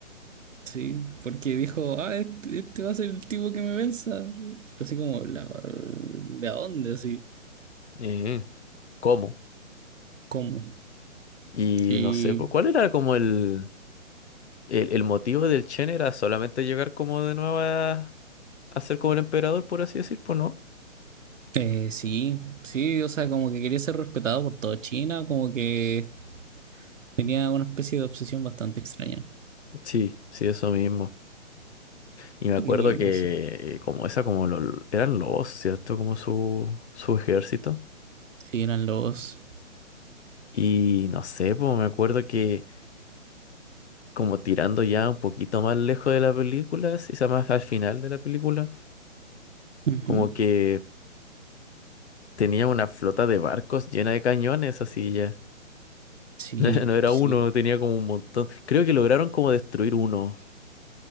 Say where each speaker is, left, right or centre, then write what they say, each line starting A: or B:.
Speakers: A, on the right; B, on the left.
A: sí, porque dijo, ah, este, este va a ser el tipo que me venza. Así como, la, ¿de a dónde? Así,
B: Eh, ¿cómo?
A: ¿cómo?
B: Y
A: Y
B: no sé, pues, ¿cuál era como el, el, el motivo del Chen? ¿Era solamente llegar como de nuevo a, a ser como el emperador, por así decir? Pues no.
A: eh, sí, sí, o sea, como que quería ser respetado por toda China, como que tenía una especie de obsesión bastante extraña.
B: Sí, sí, eso mismo. Y me acuerdo
A: Y
B: que
A: no sé.
B: eh, como esa, como lo, eran lobos, ¿cierto? Como su, su ejército.
A: Sí, eran lobos.
B: Y no sé, pues me acuerdo que como tirando ya un poquito más lejos de la película, si se más al final de la película,
A: Ujú.
B: como que tenía una flota de barcos llena de cañones, así ya.
A: Sí,
B: <laughs> No era
A: sí,
B: uno, tenía como un montón. Creo que lograron como destruir uno.